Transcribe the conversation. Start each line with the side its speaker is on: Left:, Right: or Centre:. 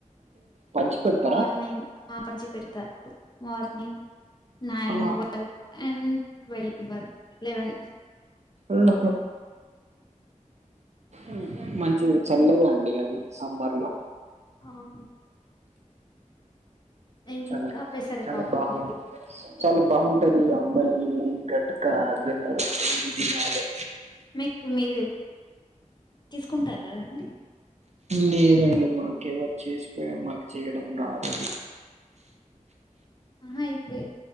Right: పంచి పెడతారా
Left: మార్నింగ్ ఆపంచి పెర్త మార్నింగ్ nine
Right: ఆ
Left: work and twelve eleven
Right: అన్హు ఉమ్ మంచిది చల్లదు అండి అది సమ్మర్ లొ
Left: ఔను. ఇంకా
Right: చలబా
Left: పెసరపప్పు
Right: చల బాగుందన్పిస్ చాల బాగుంటది అంబలీ గట్క గన్నె రొట్టె ఇది దినాలె
Left: మీక్ మీరూ తీసుకుంటారారండి
Right: లేదండి మాకెవ్వరు చేస్పే మాక్చేయడం రాదది
Left: అహా ఇప్డి